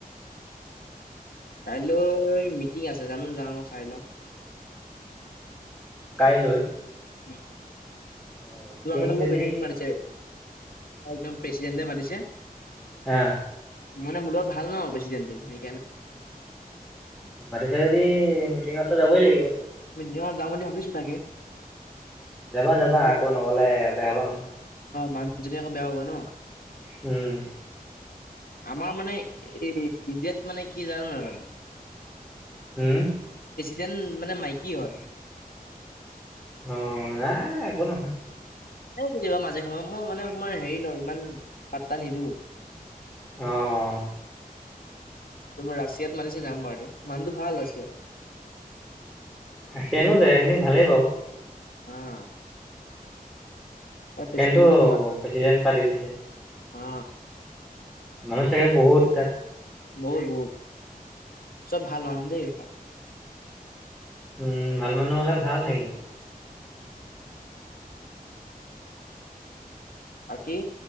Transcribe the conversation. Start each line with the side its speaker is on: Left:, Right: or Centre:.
Left: কাইলৈ মিটিং আছে জানো যাওঁ চাই লওঁ।
Centre: কাইলৈ
Left: উম।
Centre: অঁ মিটিং
Left: যোৱা মানে মোক
Centre: যদি
Left: হেৰিত মাতিছে। একদম প্ৰেচিডেণ্ট নে মাতিছে
Centre: হে আ।
Left: মানে মোৰ লগত ভাল ন প্ৰেচিডেণ্ট টো সেইকাৰণে।
Centre: মাতিছে যদি মিটিঙত টো যাবই লাগিব।
Left: মিটিং ত যাম বুলি ভাবিছোঁ। তাকে।
Centre: যাবা, যাবা
Left: কি
Centre: আকৌ নগলে বেয়া হ'ব নহয়।
Left: মানুহজনীয়ে আকৌ বেয়া পাব ন'।
Centre: উম।
Left: আমাৰ মানে এই ইণ্ডিয়াত মানে কি জানা নে নাজানা?
Centre: হম।
Left: যেন মানে মাইকী হয়।
Centre: অ', নাই একো নহয়।
Left: এতিয়াও কেতিয়াবা মাজে সময়ে মই মানে অকমান হেৰি ন ইমান পাত্তা নিদিওঁ।
Centre: অ', অ'।
Left: ৰাছিয়াত মাতিছে যাম বাৰু দে, মানুহটো ভাল ৰাছিয়াৰ।
Centre: <unintelligible> জেগা খিনি ভালেই বাওঁ।
Left: অ'। তাৰ
Centre: <unintelligible>
Left: প্ৰেচিডেণ্টটো
Centre: প্ৰেছিডেন্ট
Left: ভাল
Centre: পাতি দিছে।
Left: অ
Centre: মানুহ চাগে বহুত তাত?
Left: বহুত, বহুত চব ভাল মানুহ দেই এইসোপা।
Centre: উম, ভাল মানুহ হ'লে ভাল থাকিব।
Left: বাকী